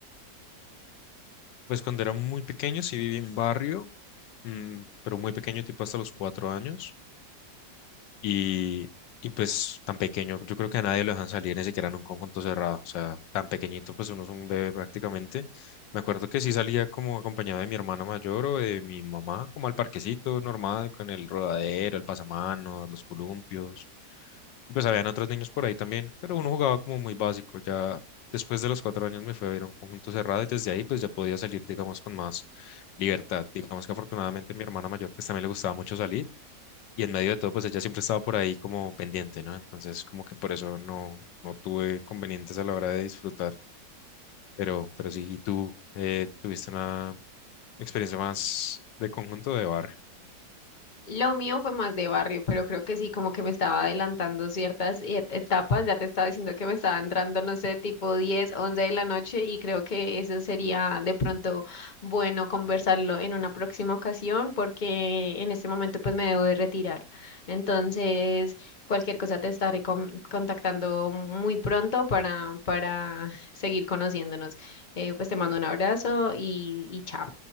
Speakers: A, on the left; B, on the left.
A: Pues cuando era muy pequeño sí viví en barrio, mm, pero muy pequeño, tipo hasta los cuatro años. Y, y pues tan pequeño, yo creo que a nadie lo dejan salir ni siquiera en un conjunto cerrado, o sea, tan pequeñito, pues uno es un bebé prácticamente. Me acuerdo que sí salía como acompañado de mi hermana mayor o de mi mamá, como al parquecito normal, con el rodadero, el pasamanos, los columpios. Y pues habían otros niños por ahí también, pero uno jugaba como muy básico. Ya después de los cuatro años me fui a ver un conjunto cerrado y desde ahí pues ya podía salir, digamos, con más libertad. Digamos que afortunadamente mi hermana mayor pues también le gustaba mucho salir y en medio de todo, pues ella siempre estaba por ahí como pendiente, ¿no? Entonces, como que por eso no, no tuve inconvenientes a la hora de disfrutar. Pero, pero sí, ¿y tú eh, tuviste una experiencia más de conjunto o de barrio?
B: Lo mío fue más de barrio, pero creo que sí, como que me estaba adelantando ciertas e- etapas. Ya te estaba diciendo que me estaba entrando, no sé, tipo diez, once de la noche y creo que eso sería de pronto bueno conversarlo en una próxima ocasión porque en este momento pues me debo de retirar. Entonces, cualquier cosa te estaré con- contactando muy pronto para, para <laughs> seguir conociéndonos. Eh, pues te mando un abrazo y, y chao.